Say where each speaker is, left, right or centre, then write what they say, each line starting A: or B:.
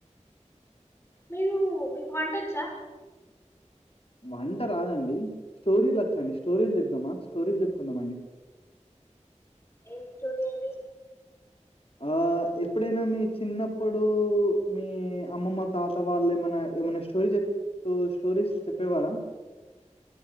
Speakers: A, on the left; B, on the left.
A: మీరు మీకు వంటొచ్చా
B: వంట రాదండి స్టోరీలు వచ్చండి స్టోరీలు చెప్దామా స్టోరీలు చెప్పుకుందామ అండి
A: ఏం స్టోరీ అండి
B: హాలో ఎప్పుడైనా మీ చిన్నప్పుడు మీ అమ్మమ్మ తాత వాళ్ళ ఏమన్నా ఏమన్న స్టోరీ స్టోరీస్ చెప్పేవారా